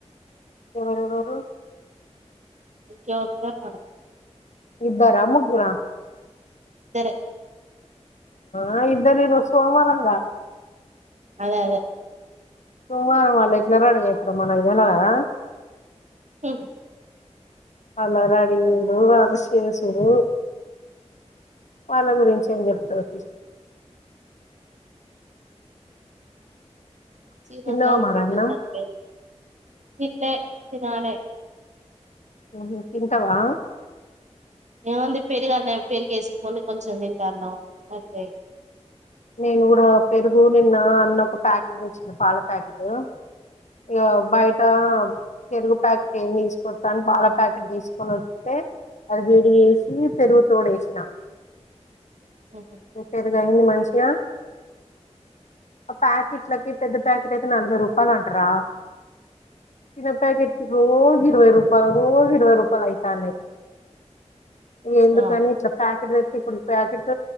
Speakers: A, on the left (about 80°); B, on the right (about 80°).
A: ఎవరెవరు
B: ఇంకెవరుంటారు. మనకు
A: ఇద్దారా ముగ్గురా
B: ఇద్దరే
A: ఆ ఇద్దరి ఈరోజు సోమవారంగా
B: అదే అదే
A: సోమవారం వాళ్ళు ఎట్లా రెడీ అవుతారో మనకు తెలువదా.
B: ఉహు
A: వాళ్ళ రడిగుడు, వాళ్ళ శేసుడు, వాళ్ళ గురించి ఏం చెప్తవ్ తీ,
B: చీరలు
A: తిన్నావా
B: సదురుకునుడే
A: మరి అన్నం
B: సరిపోయింది తిన్లే తినాలె
A: ఓహ్ తింటావా
B: ఏముంది, పెరుగున్నామే పెరుగు వేసుకొని కొంచెం తింటాన్నాం అంతేగా
A: నేను కూడా పెరుగు నిన్న అన్న ఒక ప్యాకెట్ తెచ్చినా పాల ప్యాకెటు ఇగా బయటా పెరుగు ప్యాకెట్ ఏమి తీసుకొస్తాను పాల ప్యాకెట్ తీసుకొని వస్తే అది వేడి వేసి పెరుగు తోడేసినా
B: అవును
A: పెరుగయింది మంచిగా ప్యాకెట్లకి పెద్ద ప్యాకెట్ అయితే నలభై రూపాయలు అంటరా చిన్న ప్యాకెట్కి రోజు ఇరవై రూపాయలు రోజు ఇరవై రూపాయలు ఐ యితానాయి ఎందుకని
B: ఆ
A: ఇట్లా ఫ్యాక్ ప్రెస్ఫుల్ ఫ్యాకెట్